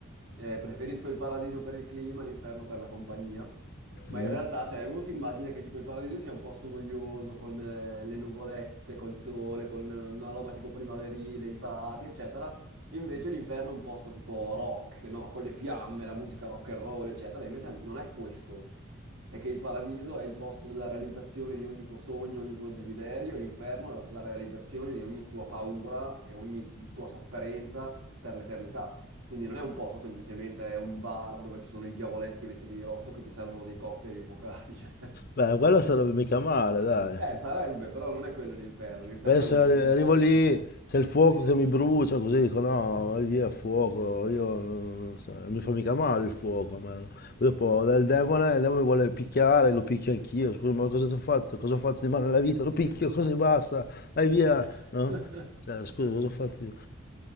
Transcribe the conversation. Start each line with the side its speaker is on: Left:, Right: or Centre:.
Right: eh, preferisco il paradiso per il clima, l'inferno per la compagnia, ma
Left: Mm.
Right: in realtà, cioè, uno si immagina che tipo il paradiso sia un posto noioso, con eh, le nuvolette, col sole, con eh, una roba tipo primaverile, i prati, eccetera, Invece l'inferno è un posto tipo rock, no? Con le fiamme, la musica rock and roll, eccetera. Invece non è questo. È che il paradiso è il posto della realizzazione di ogni tuo sogno, ogni tuo desiderio, e l'inferno la la realizzazione di ogni tua paura e ogni tua sofferenza per l'eternità. Quindi non è un posto semplicemente è un bar dove ci sono i diavoletti vestiti di rosso che ti servono dei cocktail infuocati. <laughs> cioè.
Left: Beh, quello sarebbe mica male, dai.
Right: Eh, sarebbe, però non è quello l'inferno. L'inferno
Left: Beh, se
Right: è un,
Left: arri-
Right: è un
Left: arrivo
Right: posto
Left: lì,
Right: di... tor-
Left: c'è il fuoco
Right: Sì.
Left: che mi brucia, così dico no, vai via, fuoco. Io non, non so, non mi fa mica male il fuoco a me. no? Poi dopo dal demone, il demone mi vuole picchiare, lo picchio anch'io. Scusa, ma cosa ti ho fatto? Cosa ho fatto di male nella vita? Lo picchio, così basta, vai via,
Right: <laughs>
Left: no? Cioè, scusa, cosa ho fatto io?